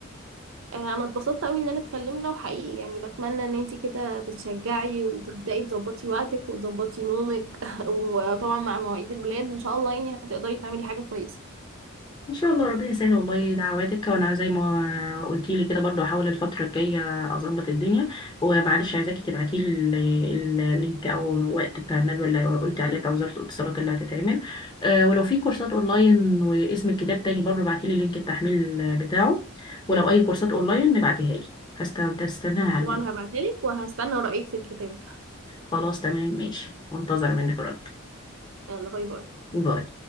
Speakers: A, on the right; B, on the left.
A: آه، انا اتبسطت قوي اننا اتكلمنا وحقيقي يعني بتمنى ان انتي كده تتشجعي وتبداي تظبطي وقتك وتظبطي نومك <laughs> وطبعا مع مواعيد الولاد ان شاء الله يعني هتقدري تعملي حاجه كويسه
B: ان شاء الله ربنا يسهل والله دعواتك وانا زي ما قلتي لي كده برضو احاول الفتره الجايه اظبط الدنيا ومعلش عايزاكي تبعتي لي ال- ال- اللينك او الوقت بتاع الندوه اللي قلت عليها بتاع وزاره الاتصالات اللي هتتعمل أه ولو في كورسات اونلاين واسم الكتاب تاني برضو ابعتي لي لينك التحميل بتاعه ولو اي كورسات اونلاين نبعتيها لي هست- هستناها على
A: طبعا
B: منك
A: هبعتلك وهستنى رايك في الكتاب
B: خلاص تمام ماشي منتظره منك رد
A: يلا باي باي
B: باي